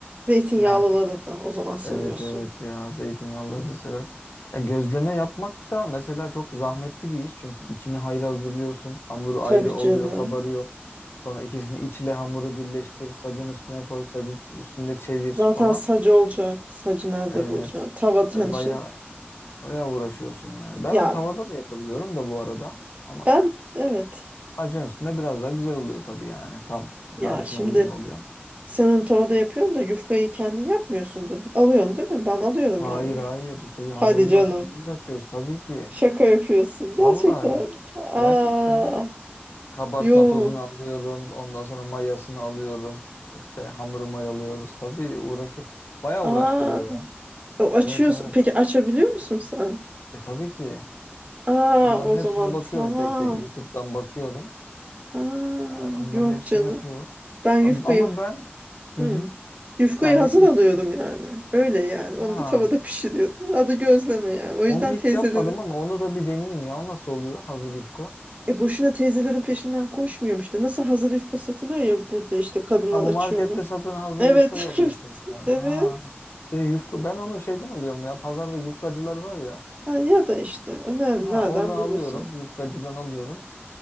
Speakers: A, on the right; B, on the left.
A: Zeytinyağlıları
B: Yani
A: da o zaman seviyorsun.
B: Evet evet ya zeytinyağlıları da severim. Ya gözleme yapmak da mesela çok zahmetli bir iş. Çünkü içini ayrı hazırlıyorsun. Hamuru
A: Tabii
B: ayrı oluyor,
A: canım.
B: kabarıyor. Sonra ikisini içle hamuru birleştir. Sacın üstüne koy, sacı üstünde çevir
A: Zaten
B: falan.
A: sacı olacak. Sacı nerede
B: Evet.
A: bulacaksın? Tavada
B: E,
A: yani
B: Baya
A: şimdi
B: baya uğraşıyorsun yani. Ben
A: ya
B: onu tavada da yapabiliyorum da bu arada. Ama
A: ben evet.
B: sacın üstünde biraz daha güzel oluyor tabii yani. Tam
A: Ya
B: tarifine
A: şimdi
B: uygun oluyor.
A: sen onu tavada yapıyorsun da yufkayı kendin yapmıyorsundur. Alıyorsun değil mi? Ben alıyorum
B: Hayır
A: yani. yuf-
B: hayır. Şey hamurunu
A: Hadi canım.
B: da kendimiz açıyoruz tabii ki.
A: Şaka yapıyorsun. Gerçekten.
B: Vallahi
A: mi? Aa,
B: gerçekten ya. Kabartma
A: yo.
B: tozunu alıyorum. Ondan sonra mayasını alıyorum. İşte hamuru mayalıyoruz. Tabii uğraşıyor. Bayağı
A: Aa.
B: uğraştırıyor ya.
A: O açıyorsun.
B: Evet evet.
A: Peki açabiliyor musun sen?
B: E tabii ki.
A: Aa,
B: Onların
A: o
B: hepsine
A: zaman
B: bakıyorum
A: tamam.
B: tek tek. YouTube'dan bakıyorum.
A: Aa,
B: E, onların
A: yok
B: hepsini
A: canım.
B: yapıyorum.
A: Ben yufkayı
B: Abi- Ama ben hı
A: hmm.
B: hı.
A: Yufkayı
B: Yani
A: hazır
B: işte
A: alıyordum yani. Öyle yani. Onu
B: ha
A: da tavada <laughs> pişiriyordum. Adı gözleme yani. O yüzden
B: onu hiç
A: teyzelerin
B: yapmadım ama onu da bir deneyeyim ya. O nasıl oluyor hazır yufka?
A: e boşuna teyzelerin peşinden koşmuyorum işte. Nasıl hazır yufka satılıyor ya burada işte kadınlar
B: Ha bu
A: açıyor
B: markette
A: onu.
B: satın hazır
A: Evet.
B: yufkayı alıyorsun
A: <laughs> Evet.
B: sen.
A: evet.
B: Ha. Bir de yufka ben onu şeyden alıyorum ya. Pazarda yufkacılar var ya.
A: Ha, ya da işte o ne-
B: Ha
A: nereden
B: oradan
A: bulursun.
B: alıyorum. Yufkacıdan alıyorum.